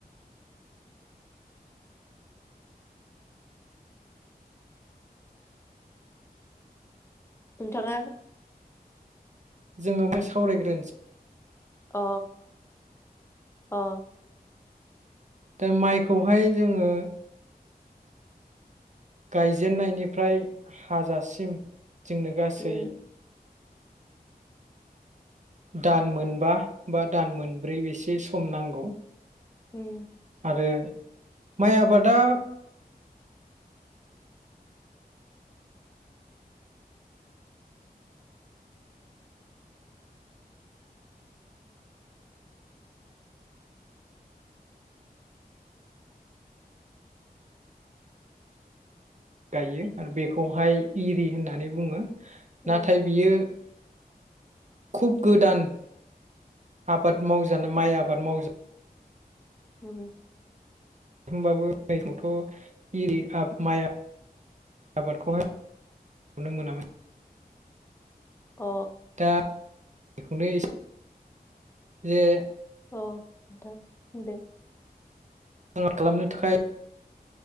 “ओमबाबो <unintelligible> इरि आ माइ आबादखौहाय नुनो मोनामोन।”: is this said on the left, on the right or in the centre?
Right